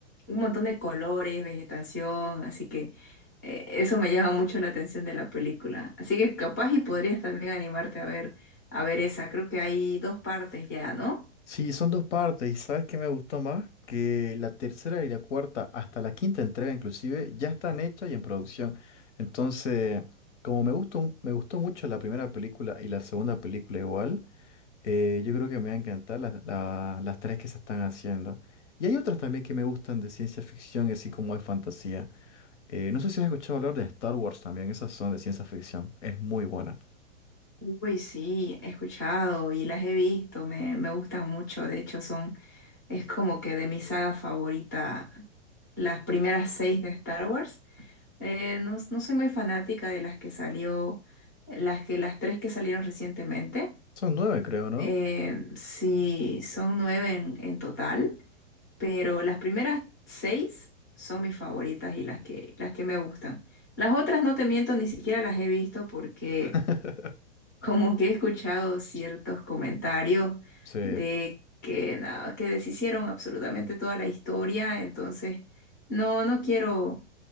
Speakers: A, on the left (about 15°); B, on the left (about 75°).
A: un montón de colores, vegetación, así que... Eh, Eso me llama mucho la atención de la película. Así que capaz y podrías también animarte a ver, a ver esa. Creo que hay dos partes ya, ¿no?
B: Sí, son dos partes y ¿sabes qué me gustó más? Que la tercera y la cuarta, hasta la quinta entrega inclusive, ya están hechas y en producción. Entonces, como me gustó, un- me gustó mucho la primera película y la segunda película igual, eh, yo creo que me va a encantar las la- las tres que se están haciendo. Y hay otras también que me gustan de ciencia ficción y así como de fantasía. Eh, no sé si has escuchado hablar de Star Wars también, esas son de ciencia ficción. Es muy buena.
A: Uy, sí, he escuchado y las he visto, me, me gustan mucho. De hecho, son, es como que de mi saga favorita, las primeras seis de Star Wars. Eh, no, no soy muy fanática de las que salió, las que, las tres que salieron recientemente.
B: Son nueve, creo, ¿no?
A: Eh, sí, son nueve en, en total, pero las primeras seis son mis favoritas y las que, las que me gustan. Las otras no te miento, ni siquiera las he visto porque
B: <laughs>
A: <laughs> como que he escuchado ciertos comentarios
B: Sí.
A: de que, nada, que deshicieron absolutamente toda la historia, entonces no, no quiero